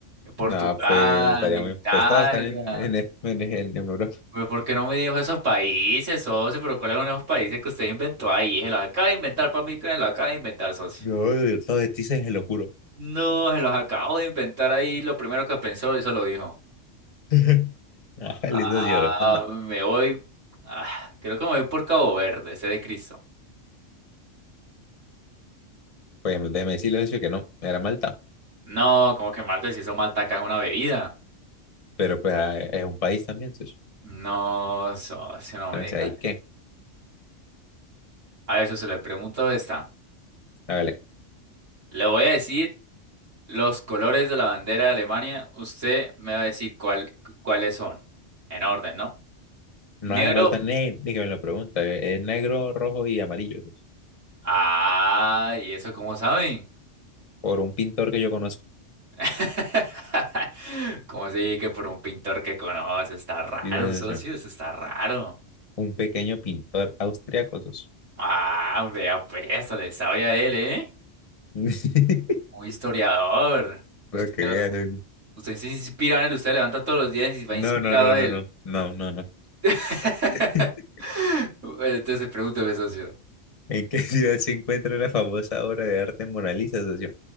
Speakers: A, on the right; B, on the left.
A: Portugal,
B: No, pues estaría
A: Italia?
B: muy. Pues todas están en, en, en, en- en Europa.
A: Pero ¿por qué no me dijo esos países, socio? ¿Pero cuáles son esos países que usted inventó ahí? Se los acaba de inventar para mí, que me los acaba de inventar, socio.
B: No, Dios, todo de ti se lo juro.
A: No, se los acabo de inventar ahí. Lo primero que pensó, eso lo dijo.
B: <laughs> Ajá,
A: Ah,
B: listo, socio, responda.
A: me voy. Ah, creo que me voy por Cabo Verde, ese de Cristo.
B: Pues déjeme decirle, socio, que no, era Malta.
A: No, como que Malta, si eso Malta acá es una bebida.
B: Pero pues ah, es un país también, socio.
A: No, socio, no
B: Entonces,
A: me diga.
B: ¿ahí qué?
A: A ver, socio, le pregunto esta.
B: Hágale.
A: Le voy a decir los colores de la bandera de Alemania. Usted me va a decir cuál, cu- cuáles son. En orden, ¿no?
B: No
A: Negro.
B: hace falta ni, ni que me lo pregunte. Es negro, rojo y amarillo. sos.
A: Ah, ¿y eso cómo saben?
B: Por un pintor que yo conozco.
A: <laughs> ¿Cómo así que por un pintor que conoce? Está raro,
B: dice
A: socio,
B: yo,
A: eso está raro.
B: Un pequeño pintor austriaco. sos".
A: Ah, vea pues, le sabe a él, ¿eh?
B: <laughs>
A: Un historiador. Usted,
B: Lo que veas, oye.
A: usted se inspira en él, usted levanta todos los días y va
B: No,
A: inspirado
B: no, no,
A: a
B: no,
A: él.
B: no. No, no, no.
A: <laughs>
B: <laughs>
A: Bueno, Entonces pregúntame, socio.
B: ¿En qué ciudad se encuentra la famosa obra de arte Mona Lisa, socio?